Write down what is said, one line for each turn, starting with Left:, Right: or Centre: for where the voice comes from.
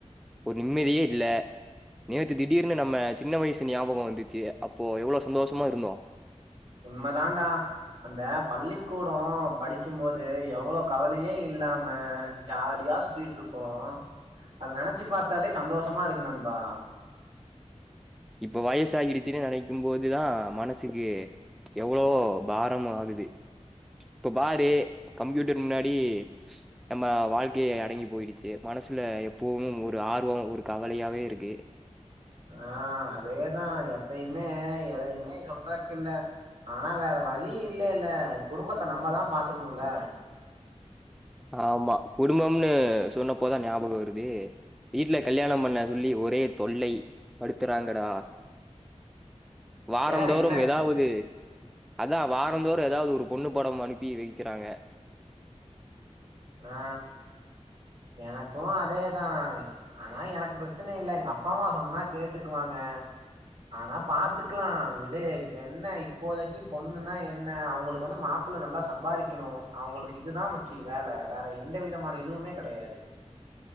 Centre: ஒரு நிம்மதியே இல்ல நேத்து திடீர்னு நம்ம சின்ன வயசு ஞாபக வந்துச்சு அப்போ எவ்வள சந்தோஷம் சும்மா இருந்தோ
Right: உண்மதான்டா அந்த பள்ளிக்கூடோ படிக்கும்போது எவ்வள கவலயே இல்லாம ஜாலியா சுத்திட்டு இருப்போ அத நெனச்சு பாத்தாலே சந்தோஷமா இருக்கு நண்பா
Centre: இப்ப வயசாகிடுச்சுன்னு நெனைக்கும் போதுதா மனசுக்கு எவ்ளோ பாரமா ஆகுது இப்ப பாரு கம்ப்யூட்டர் முன்னாடி நம்ம வாழ்க்கய அடங்கி போயிடுச்சு மனசுல எப்பவு ஒரு ஆர்வோ ஒரு கவலையாவே இருக்கு
Right: ஆ அதேதா எப்பயுமே எதையுமே சொல்றக்கு இல்ல ஆனா வேற வழி இல்ல இல்ல குடும்பத்த நம்மதா பாத்துக்கணும்ல
Centre: ஆமா குடும்பம்னு சொன்னப்போ தா ஞாபகம் வருது வீட்ல கல்யாணம் பண்ண சொல்லி ஒரே தொல்லை படுத்துறாங்கடா வாரந்
Right: ஏ
Centre: தோறும்
Right: என்னாச்சு
Centre: எதாவது அதா வாரந்தோறு ஏதாவது ஒரு பொண்ணு படம் அனுப்பி வெக்குறாங்க
Right: ஆ ஏனா க்கு அதேதா ஆனா எனக்கு பிரச்சன இல்ல எங்க அப்பா அம்மா சொன்னா கேட்டுக்குவாங்க ஆனா பாத்துக்லா விடு இப்ப என்ன இப்போதைக்கு பொண்ணுன்னா என்ன அவுங்களுக்கு வந்து மாப்ள நல்லா சம்பாரிக்கணு அவுங்களுக்கு இதுதா மச்சி வேல வேற எந்த விதமான இதுவுமே கெடயாது